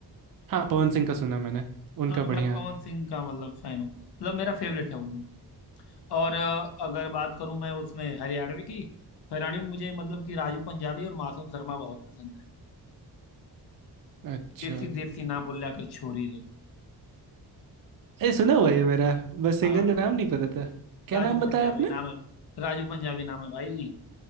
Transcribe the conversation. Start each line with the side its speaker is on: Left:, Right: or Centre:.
Right: हाँ पवन सिंह का सुना मैंने उनका
Left: हाँ तो
Right: बढ़िया
Left: मैं पवन
Right: है।
Left: सिंह का मतलब फैन हूँ मतलब मेरा फेवरेट है वो और अ, अगर बात करूं मैं उसमें हरियाणवी की तो हरियाणवी में मुझे मतलब कि राजू पंजाबी और मासूम शर्मा बहुत पसंद है
Right: अच्छा
Left: देसी देसी ना बोलिया कर छोरी रे
Right: अरे सुना हुआ है मेरा बस सिंगर
Left: हाँ
Right: का नाम नहीं पता था क्या
Left: राजू
Right: नाम बताया
Left: पंजाबी
Right: आपने
Left: नाम है राजू पंजाबी नाम है भाई